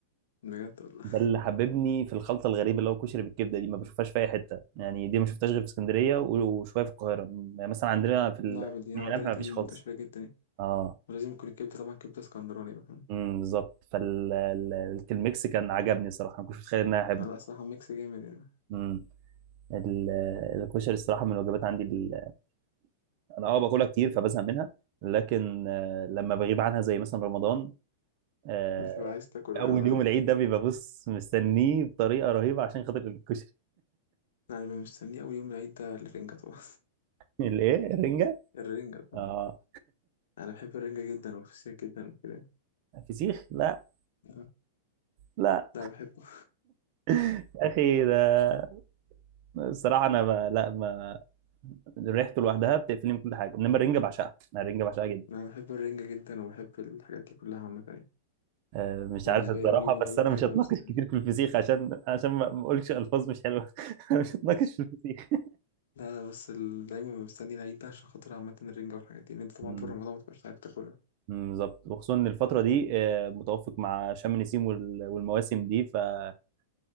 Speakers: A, on the left; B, on the right.
A: بجد والله
B: ده اللي حببني في الخلطه الغريبه اللي هو كشري بالكبده دي ما بشوفهاش في اي حته يعني دي ما شفتهاش غير في اسكندريه و- وشويه في القاهره م- مثلا عندنا في ال-
A: لا دي
B: من
A: عندنا
B: القلعه ما
A: دي
B: فيش خالص
A: منتشرة جدا يعني.
B: اه
A: ولازم يكون الكبدة طبعا كبدة اسكندراني بقى فاهم؟
B: امم بالظبط فالميكس كان عجبني صراحه ما كنتش متخيل ان انا احبه
A: على الصراحة ميكس جامد يعني
B: امم ال- الكشري الصراحه من الوجبات عندي ال- انا اه باكلها كتير فبزهق منها لكن آه، لما بغيب عنها زي مثلا رمضان آه،
A: بتبقى عايز تاكل أيوة
B: اول يوم
A: أنا
B: العيد ده بيبقى بص مستنيه بطريقه رهيبه عشان خاطر الكشري
A: اللي مستنيه أول يوم العيد ده الرنجة طبعا
B: <laughs> الايه الرنجه
A: <laughs> الرنجة طبعا
B: اه
A: أنا بحب الرنجة جدا والفسيخ جدا وكده
B: فسيخ لا
A: تمام؟
B: لا
A: لا بحبه
B: يا اخي ده الصراحه انا ب... لا ما ريحته لوحدها بتقفلني من كل حاجه انما الرنجه بعشقها انا الرنجه بعشقها جدا
A: أنا بحب الرنجة جدا وبحب الحاجات دي كلها عامة يعني
B: آه، مش
A: أنا
B: عارف
A: بالنسبة
B: الصراحه
A: لي أول يوم العيد
B: بس انا
A: ده
B: مش
A: ببقى
B: هتناقش
A: مستنيه
B: كتير في الفسيخ عشان عشان ما ما اقولش الفاظ مش حلوه <laughs> أنا مش هتناقش في الفسيخ
A: لا بس ال- دايما ببقى مستني العيد ده عشان خاطر عامة الرنجة والحاجات دي لأن أنت طبعا
B: مم،
A: طول رمضان متبقاش عارف تاكلها
B: مم، بالظبط وخصوصا ان الفتره دي آه، متوافق مع شم النسيم وال- والمواسم دي فبتلاقي